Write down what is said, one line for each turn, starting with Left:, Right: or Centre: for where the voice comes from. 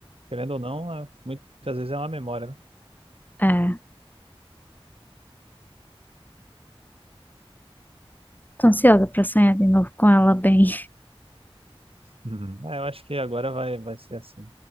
Right: querendo ou não, é- muitas vezes é uma memória, né?
Left: É, tô ansiosa pra sonhar de novo com ela bem.
Right: Uhum. Ah, eu acho que agora vai, vai ser assim.